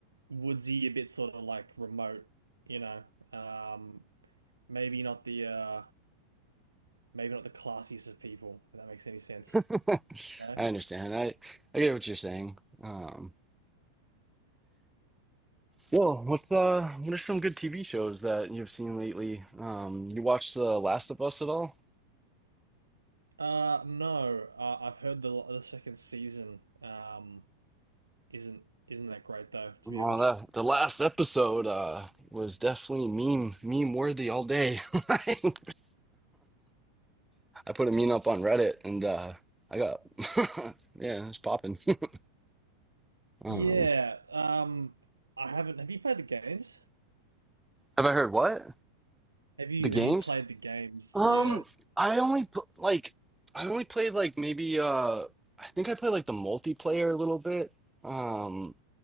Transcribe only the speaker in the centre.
<laughs>
I understand. I I get what you're saying. um, Well, what's uh, what are some good TV shows that you've seen lately? Um, you watched The Last of Us at all?
Well,
that the last episode uh was definitely meme meme worthy all day. <laughs> I put a meme up on Reddit and uh I got <laughs> yeah, it's popping. <laughs> Um,
have I heard what?
The games?
Um,
I only pl- like I only played like maybe uh I think I played like the multiplayer a little bit. Um,